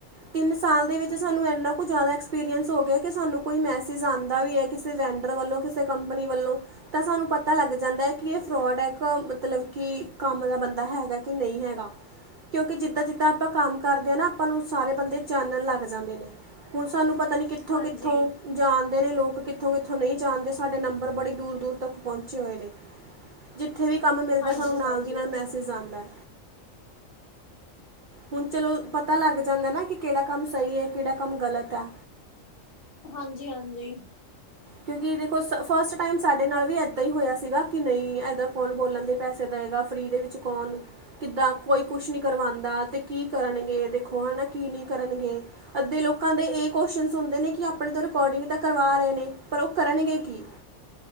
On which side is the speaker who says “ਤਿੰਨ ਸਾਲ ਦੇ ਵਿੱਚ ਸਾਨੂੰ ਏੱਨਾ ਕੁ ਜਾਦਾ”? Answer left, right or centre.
Right